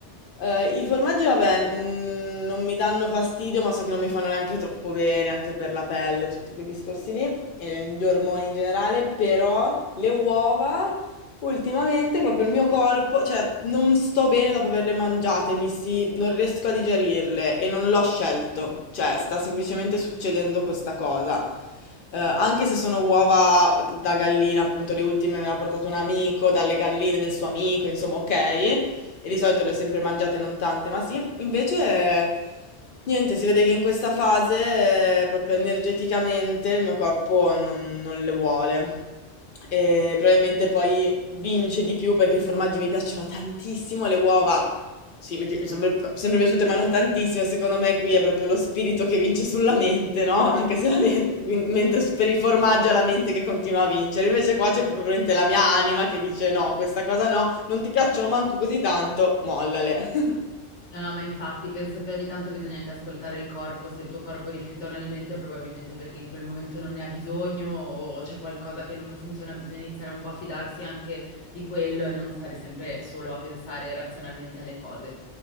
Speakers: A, on the left; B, on the left.
A: eh, i formaggi, vabbè, mm, non mi danno fastidio, ma so che non mi fanno neanche troppo bene, anche per la pelle, tutti quei discorsi lì, e gli ormoni in generale, però le uova Ultimamente proprio il mio corpo, cioè non sto bene dopo averle mangiate, mi si, non riesco a digerirle e non l'ho scelto, cioè sta semplicemente succedendo questa cosa. Eh, anche se sono uova da gallina, appunto, le ultime me le ha portato un amico, dalle galline del suo amico, insomma, ok e di solito le ho sempre mangiate, non tante, ma sì, invece niente, si vede che in questa fase eh, proprio energeticamente il mio corpo non, non le vuole. E probabilmente poi vince di più perché i formaggi mi piacciono tantissimo, le uova sì, mi, pi- mi sono pre- sempre piaciute, ma non tantissime. Secondo me qui è proprio lo spirito che vince sulla mente, no? Anche se la men- vin- mentre s- per il formaggio è la mente che continua a vincere. Invece qua c'è proprio veramente la mia anima che dice no, questa cosa no. Non ti piacciono manco così tanto, mollale. <laughs>
B: No, no, ma infatti penso che ogni tanto bisogna anche ascoltare il corpo. Se il tuo corpo rifiuta un alimento è probabilmente perché in quel momento non ne ha bisogno o c'è qualcosa che non funziona, bisogna iniziare un po' a fidarsi anche di quello e non stare sempre solo a pensare razionalmente alle cose.